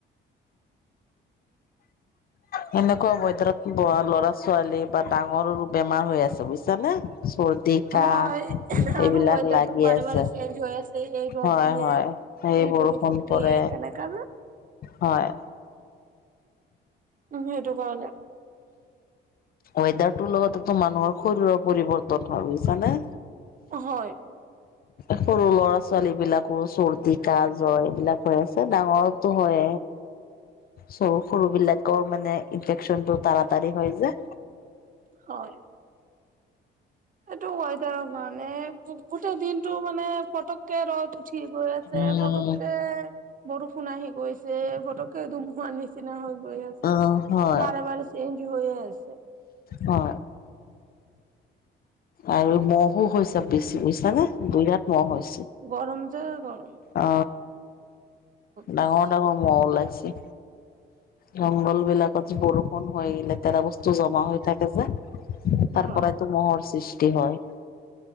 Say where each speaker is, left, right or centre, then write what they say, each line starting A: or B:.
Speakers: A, on the left; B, on the right.
A: সেনেকুৱা হ'ব ধৰাৰ পঢ়া ল'ৰা ছোৱালীৰ বা ডাঙৰৰো বেমাৰ হৈ আছে বুজিছানে চৰ্দি
B: হয়
A: কাহ
B: আৰু
A: এইবিলাক
B: ৱেডাৰটো
A: লাগি
B: বাৰে
A: আছে
B: বাৰে চেঞ্জ হৈ আছে এই ৰ'দ
A: হয়
B: দিয়ে
A: হয় সেই
B: এই
A: বৰষুণ
B: দিয়ে
A: পৰে
B: তেনেকা যে
A: হয়
B: উম সেইটো কাৰণে
A: ৱেডাৰটোৰ লগতে টো মানুহৰ শৰীৰৰ পৰিৱৰ্তন হয় বুজিছানে
B: হয়
A: সৰু ল'ৰা ছোৱালী বিলাকো চৰ্দি ক জৰ এইবিলাক হৈ আছে ডাঙৰো হয়। চৰু সৰু বিলাকৰ মানে ইনফেকচনটো তাৰাতাৰি হয় যে
B: হয় এইটো ৱেডাৰৰ কাৰণে গোটেই দিনটো মানে ফটক কে ৰ'দ উঠি গৈ আছে
A: উম
B: পটককে বৰষুণ আহি গৈছ যে ফটকে দুমুহাৰ নিচিনা হৈ গৈ আছে
A: অ হয়
B: বাৰে বাৰে চেঞ্জ হৈ আছ ছে
A: অ আৰু মহো হৈছে বেছি বুজিছানে বিৰাট মহ হৈছ
B: গৰম যে গ
A: অ
B: বেছি
A: ডাঙৰ ডাঙৰ মহ ওলাইছে জংঘল বিলাকত যে বৰষুণ হৈ লেতেৰা বস্তু জমা হৈ থাকে যে তাৰপৰাই
B: হয়
A: টো মহৰ সৃষ্টি হয়